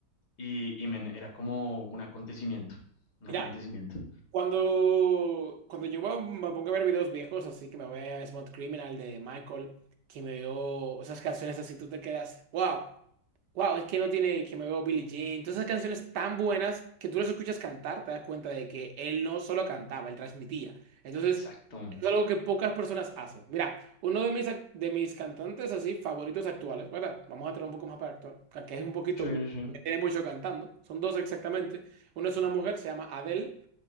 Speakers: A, on the left; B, on the right.
A: y, y men, era como un acontecimiento, un
B: Mira,
A: acontecimiento.
B: Cuando, cuando yo va- me pongo a ver videos viejos, así que me voy a Smooth Criminal de Michael, que me veo esas canciones así, tú te quedas, wow, wow, es que no tiene, que me veo Billie Jean, todas esas canciones tan buenas que tú las escuchas cantar, te das cuenta de que él no solo cantaba, él transmitía. Entonces,
A: Exacto.
B: es algo que pocas personas hacen. Mira, uno de mis, ac- de mis cantantes así favoritos actuales, ¿verdad? Vamos a traer un poco más para actual, que es un poquito
A: Sí,
B: viejo,
A: sí, sí.
B: que tiene mucho cantando, son dos exactamente. Uno es una mujer, se llama Adele